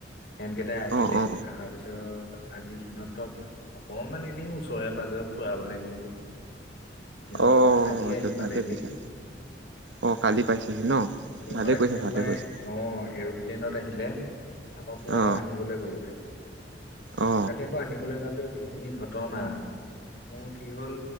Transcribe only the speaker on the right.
অ অ
অ
ত
ভালে কৈছা অ কালি পাইছেহি ন
ভালে
কৈছা ভালে
কৈছা
অ
অ